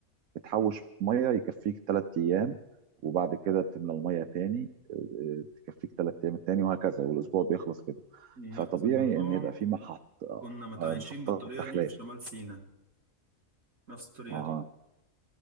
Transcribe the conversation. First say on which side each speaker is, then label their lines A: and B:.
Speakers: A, on the right; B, on the right.
A: بتحوش ميه يكفيك ثلاث ايام وبعد كده بتملى الميه تاني آه، آه، تكفيك ثلاث ايام التاني وهكذا والاسبوع بيخلص كده
B: نفس
A: فطبيعي
B: النظام
A: ان يبقى في محط
B: كنا متعايشين
A: آه، محطات
B: بالطريقه
A: تحليه
B: دي في شمال سيناء نفس الطريقه
A: اها
B: دي